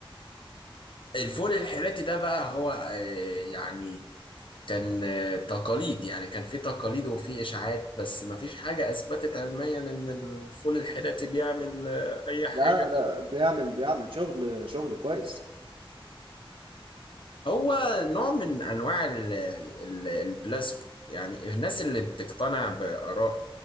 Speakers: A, on the left; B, on the right.
A: الفول الحراتي ده بقى هو آه، يعني كان آه، تقاليد يعني كان في تقاليد وفي اشاعات بس ما فيش حاجه اثبتت علميا ان الفول الحراتي بيعمل آه، اي حاجه
B: لا ده بيعمل بيعمل شغل شغل كويس
A: هو نوع من انواع ال- ال- البلاسبو يعني الناس اللي بتقتنع باراء آه،